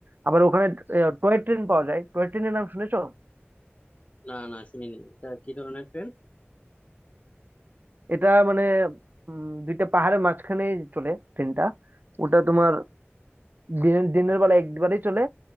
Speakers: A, on the right; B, on the left.
A: আবার ওখানে টয় ট্রেন পাওয়া যায় টয় ট্রেনের নাম শুনেছো
B: না না শুনিনি এটা কি ধরনের ট্রেন
A: এটা মানে উম, দুইটা পাহাড়ের মাঝখানে চলে ট্রেনটা ওটা তোমার দিনের দিনের বেলা একবারেই চলে